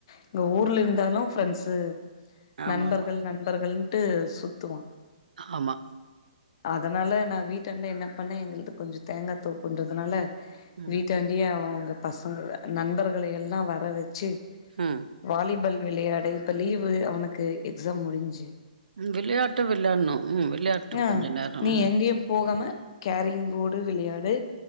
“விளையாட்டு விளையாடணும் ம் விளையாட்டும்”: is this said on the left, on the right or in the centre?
Right